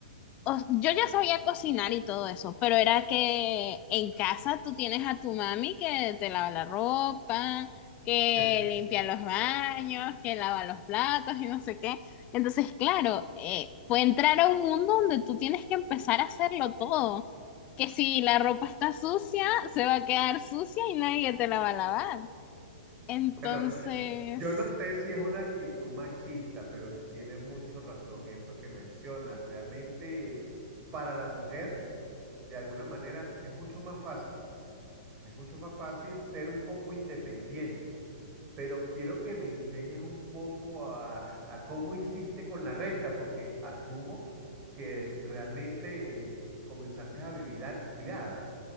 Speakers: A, on the left; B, on the right.
A: o- yo ya sabía cocinar y todo eso, pero era que en casa tú tienes a tu mami que te lava la ropa, que
B: <laughs>
A: limpia los baños, que lava los platos y no sé qué. Entonces, claro, eh, fue entrar a un mundo donde tú tienes que empezar a hacerlo todo. Que si la ropa está sucia, se va a quedar sucia y nadie te la va a lavar. Entonces...
B: Bueno, Yo no sé si es una actitud machista, pero tienes mucho razón eso que mencionas. Realmente para la mujer, de alguna manera, es mucho más fácil. Es mucho más fácil ser un poco independiente. Pero quiero que me enseñes un poco a, a cómo hiciste con la renta, porque asumo que realmente eh, comenzaste a vivir alquilada.